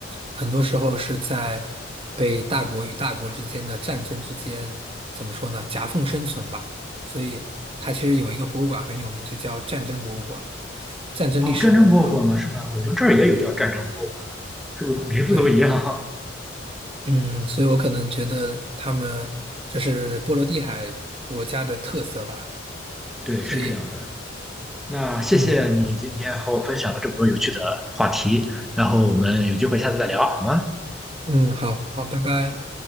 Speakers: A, on the right; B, in the centre.
A: 很多时候是在被大国与大国之间的战争之间，怎么说呢，夹缝生存吧。所以它其实有一个博物馆很有名，就叫战争博物馆、战争历史博物馆。
B: 哦，战争博物馆吗？是吗？我们这儿也有叫战争博物馆，是不是名字都一样？
A: 对，嗯，所以我可能觉得他们这是波罗的海国家的特色吧。
B: <laughs> 对，
A: 所以，
B: 是这样的。那谢谢你今天和我分享了这么多有趣的话题，
A: 嗯
B: 然后我们有机会下次再聊，好吗？
A: 嗯，好好，拜拜。